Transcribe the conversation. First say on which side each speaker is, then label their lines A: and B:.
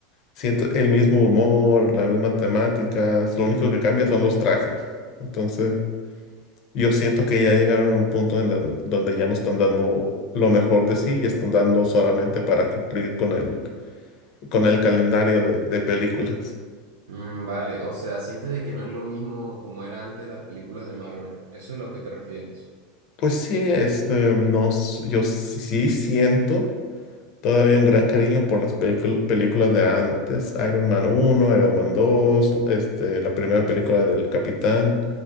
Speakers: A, on the left (about 50°); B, on the right (about 70°).
A: Siento el mismo humor, las mismas temáticas, lo único que cambia son los trajes. Entonces... Yo siento que ya llegaron a un punto en el- donde ya no están dando lo mejor de sí y están dando solamente para cumplir con el, con el calendario de, de películas.
B: Mm, vale, o sea, sientes de que no es lo mismo como era antes las películas de Marvel. Eso es lo que te refieres.
A: Pues sí, este, nos, yo sí, sí siento todavía un gran cariño por las pelicul- películas de antes, Iron Man uno Iron Man dos este, la primera película del Capitán